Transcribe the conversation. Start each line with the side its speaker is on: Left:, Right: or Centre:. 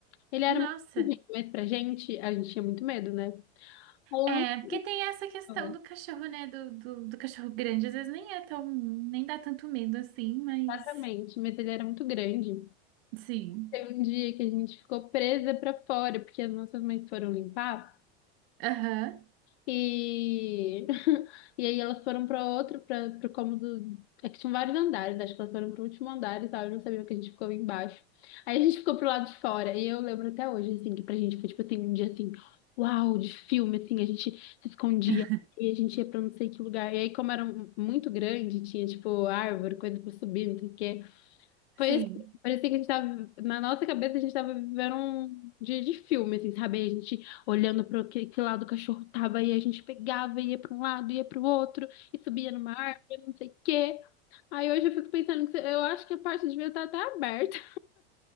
Left: Ele era
Right: Nossa.
Left: muito pequenininho, mas pra gente, a gente tinha muito medo, né? Aí
Right: É,
Left: eu não
Right: porque tem essa questão
Left: sei
Right: do cachorro, né? Do, do, do cachorro grande. Às vezes nem é tão. Nem dá tanto medo assim, mas.
Left: exatamente, mas ele era muito grande.
Right: Sim.
Left: Teve um dia que a gente ficou presa pra fora, porque as nossas mães foram limpar.
Right: Aham.
Left: E, <laughs> e aí elas foram para outro, para o cômodo. É que tinham vários andares, acho que elas foram para o último andar e tal, eu não sabia que a gente ficou embaixo. Aí a gente ficou pro lado de fora, e eu lembro até hoje, assim, que pra gente foi tipo assim, um dia assim, uau, de filme, assim, a gente se escondia
Right: <laughs>
Left: e a gente ia pra não sei que lugar. E aí, como era muito grande, tinha tipo árvore, coisa pra subir, não sei o quê. Foi
Right: Sim.
Left: assim, parecia que a gente tava, na nossa cabeça, a gente tava vivendo um dia de filme, assim, sabe? A gente olhando para que, que lado o cachorro tava, e a gente pegava, ia para um lado, ia para o outro, e subia numa árvore, não sei o quê. Aí hoje eu fico pensando que eu acho que a parte de ver tá até aberta,